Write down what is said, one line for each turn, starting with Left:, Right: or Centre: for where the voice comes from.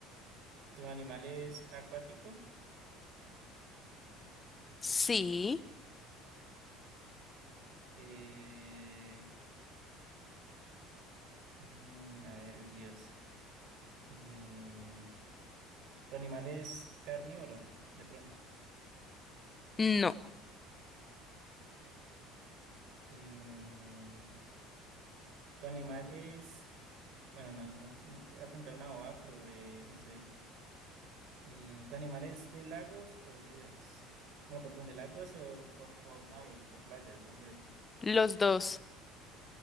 Right: ¿tu animal es acuático?
Left: sí,
Right: Eh, mm, a ver, uy, Dios. Eh, ¿tu animal es carnívoro, de pronto?
Left: no.
Right: Eh, ¿tu animal es... Bueno, no, eso no es- iba a preguntar una bobada, pero eh, no sé. Eh, ¿tu animal es de lagos o ríos? No, perdón, de lagos o, o- o mares o playas, no sé.
Left: Los dos.